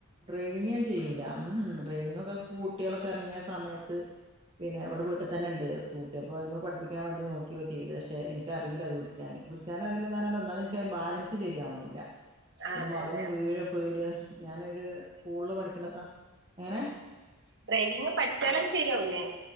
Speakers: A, on the right; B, on the right.
A: ഡ്രൈവിങ് ഞാൻ ചെയ്യൂല ഉം ഡ്രൈവിംഗ് ഒക്കെ സ്കൂട്ടികളൊക്കെ ഇറങ്ങിയ സമയത്ത്. പിന്നെ ഇവിടെ വീട്ടി തന്ന ഉണ്ട് സ്കൂട്ടി അപ്പോ ന്നേ പഠിപ്പിക്കൻ വേണ്ടി നോക്കിയോ ചെയ്ത് പക്ഷെ എനിക്ക അറിയില്ലോ അതോടി ക്കാന് ഓടിക്കാൻറില്ലന്ന്റഞ്ഞ ഒന്നാവത് ബാലൻസ് ശരിയാവണില്ല
B: ആഹ്
A: പിന്നെ
B: അതെ
A: മറിഞ്ഞ്
B: അതെ
A: വീഴും പേടിയ ഞാനൊരു സ്കൂളില് പഠിക്കണ സാ എങ്ങന?
B: ഡ്രൈവിങ് പഠിച്ചാലത് ശരിയാവുല്ലേ?